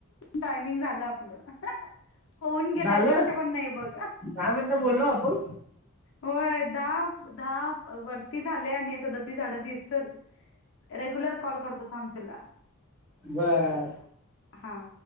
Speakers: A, on the left; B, in the centre.
A: टायमिंग झालं आपलं. होऊन गेलाय,
B: झालं
A: लक्ष पण नाही बघ.
B: दहा मिनिटं बोललो आपण
A: होय दहा- दहा वरती झाले आणि सदतीस अडतीस चल. रेग्युलर कॉल करतो, थांब तुला.
B: बर
A: हा-